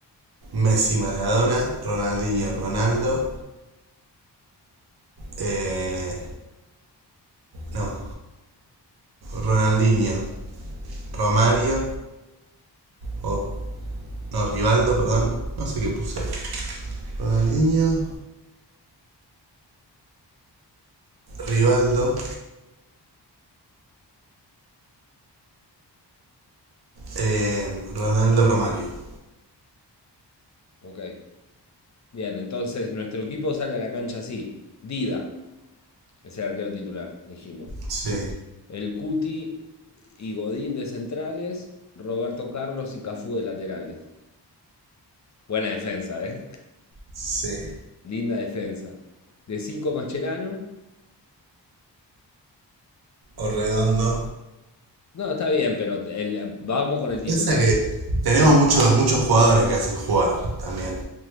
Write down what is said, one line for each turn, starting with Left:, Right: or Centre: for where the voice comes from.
Right: Messi Maradona, Ronaldinho Ronaldo, eh, no, Ronaldinho Romario, o no, Rivaldo, perdón, no sé qué puse. Ronaldinho, Rivaldo, eh, Ronaldo Romario.
Left: Ok. Bien, entonces nuestro equipo sale a la cancha así. Dida es el arquero titular, dijimos.
Right: Sí,
Left: El Cuti y Godín de centrales, Roberto Carlos y Cafú de laterales. Buena defensa, ¿eh?
Right: sí.
Left: <laughs> Linda defensa. De 5 Mascherano.
Right: O redondo.
Left: No, está bien, pero el- vamos con el titular.
Right: Piensa que tenemos muchos, muchos jugadores que hacen jugar también.